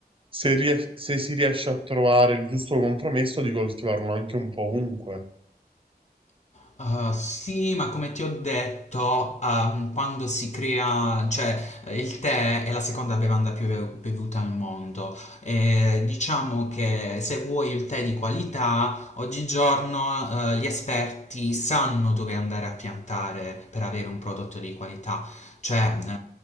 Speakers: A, on the right; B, on the left.
A: se, ries- se si riesce a trovare il giusto compromesso, di coltivarlo anche un po' ovunque.
B: Uh, sì, ma come ti ho detto, um, quando si crea, cioè eh, il tè è la seconda bevanda più be- bevuta al mondo. E diciamo che se vuoi il tè di qualità, oggigiorno, eh, gli esperti sanno dove andare a piantare per avere un prodotto di qualità. Cioè, eh,